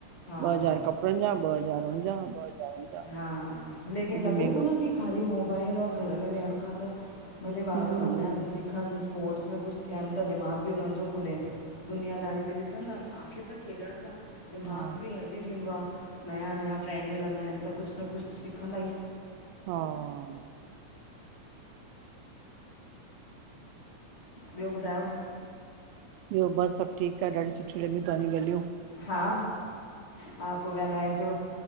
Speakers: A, on the left; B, on the right.
A: हा
B: ॿ
A: हा
B: हज़ार
A: हा
B: कप ड़न जा ॿ हज़ार हुनजा ॿ हज़ार हुन जा
A: हा, लेकिन
B: हेॾो
A: लॻे
B: महंगो
A: तो न की ख़ाली मोबाइल और घर में वेहण खां त भले ॿार
B: हम्म
A: वञनि, सिखनि, स्पोर्ट्स में कुछ थियनि त दिमाग़ बि हुननि जो खुलेनि। दुनियादारी बि ॾिसंदा न आख़िर त खेॾण सां दिमाग़
B: हा
A: बि हैेल्दी थींदो आ। नयां नयां फ्रेंंड मिलंदाइन त कुछ न कुछ सिखंदाई।
B: हा।
A: ॿियो ॿुधायो?
B: ॿियो बस सब ठीक आ, डाढी सुठि लॻीयूं तां जी गाल्हियूं।
A: हा, हा, पो ॻाल्हाइजो।